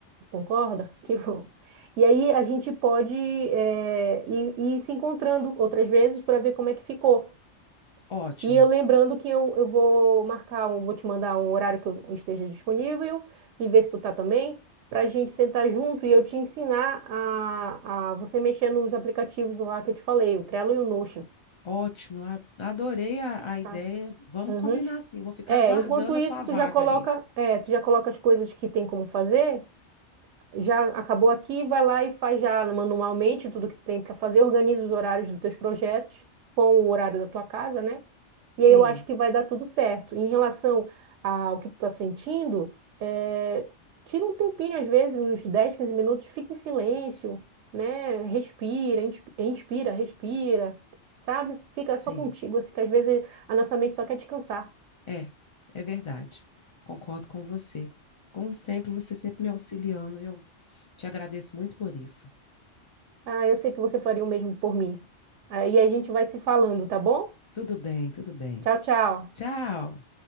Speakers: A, on the right (about 75°); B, on the left (about 40°).
A: concorda? <laughs> Que bom. E aí a gente pode é, ir, ir se encontrando outras vezes para ver como é que ficou.
B: Ótimo.
A: E eu lembrando que eu, eu vou marcar um, vou te mandar um horário que eu esteja disponível e ver se tu tá também, para a gente sentar junto e eu te ensinar a, a você mexer nos aplicativos lá que eu te falei, o Trello e o Notion.
B: Ótimo. A- Adorei a, a ideia.
A: Tá.
B: Vamos
A: Uhum.
B: combinar sim. Eu Vou ficar
A: É,
B: aguardando
A: enquanto isso,
B: a sua vaga
A: tu já coloca,
B: aí.
A: é, tu já coloca as coisas que tem como fazer já acabou aqui, vai lá e faz já manualmente tudo que tem para fazer, organiza os horários dos teus projetos com o horário da tua casa, né?
B: Sim,
A: E aí eu acho que vai dar tudo certo. Em relação ao que tu tá sentindo, eh, tira um tempinho, às vezes, uns 10 15 minutos, fica em silêncio, né? Respira, ins- inspira, respira, sabe? Fica
B: sim.
A: só contigo, assim, que às vezes a nossa mente só quer descansar.
B: É, é verdade. Concordo com você. Como sempre, você sempre me auxiliando e eu te agradeço muito por isso.
A: Ah, eu sei que você faria o mesmo por mim. Aí a gente vai se falando, tá bom?
B: Tudo bem, tudo bem.
A: Tchau, tchau.
B: Tchau.